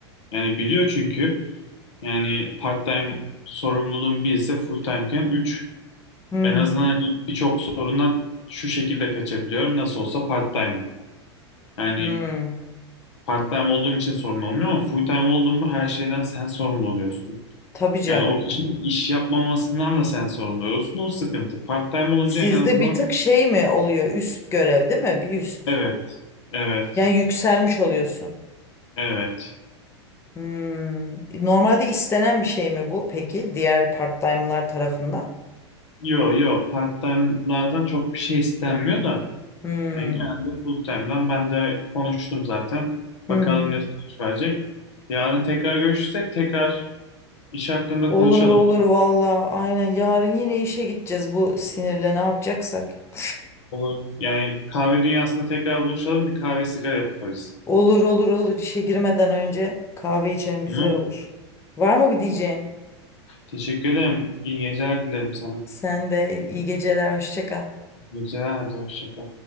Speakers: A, on the left; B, on the left.
A: Yani biliyor çünkü yani part-time sorumluluğun bir ise full-time'ken 3.
B: Hı
A: En azından hani birçok sorundan şu şekilde kaçabiliyorum. Nasıl olsa part-time'ım. Yani
B: hı. Hı.
A: part-time olduğum için sorun olmuyor ama full-time olduğum mu her şeyden sen sorumlu oluyorsun.
B: Tabii canım.
A: Yani o kişinin iş yapmamasından da sen sorumlu olsun. O sıkıntı. Part-time olunca
B: Sizde
A: en azından
B: bir tık şey mi oluyor? Üst görev değil mi? Bir üst.
A: evet, evet,
B: Yani yükselmiş oluyorsun.
A: evet.
B: Hmm. Normalde istenen bir şey mi bu peki? Diğer part-time'lar tarafından.
A: Yo yo part-time'lardan çok bir şey istenmiyor da.
B: Hmm.
A: Yani genelde full-time'dan ben de konuştum zaten.
B: Hı
A: Bakalım
B: hı.
A: ne sonuç verecek. Yarın tekrar görüşürsek tekrar iş hakkında
B: Olur
A: konuşalım.
B: olur valla. Aynen yarın yine işe gideceğiz bu sinirle ne yapacaksak. <laughs>
A: Olur. Yani kahve dünyasında tekrar buluşalım. Bir kahve sigara yaparız.
B: Olur olur olur işe girmeden önce kahve içelim güzel
A: Tamam.
B: olur. Var mı bir diyeceğin?
A: Teşekkür ederim. İyi geceler dilerim sana.
B: Sen de iyi geceler hoşça kal.
A: İyi geceler. Hadi hoşça kal.